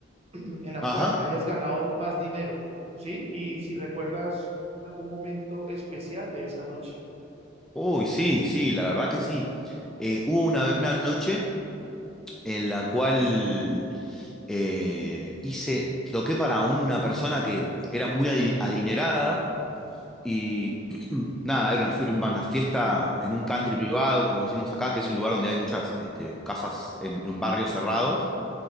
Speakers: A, on the right; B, in the centre.
A: en en la cual
B: Ajá.
A: hayas ganado más dinero, ¿sí? Y si recuerdas una- un momento especial de esa noche.
B: Uy, sí, sí, la verdad que sí. Eh, hubo una, una noche en la cual eh, hice, toqué para una persona que era muy adi- adinerada y <clears throat> nada, era una, fie- una fiesta en un country privado, como decimos acá, que es un lugar donde hay muchas este, casas en, en barrios cerrados.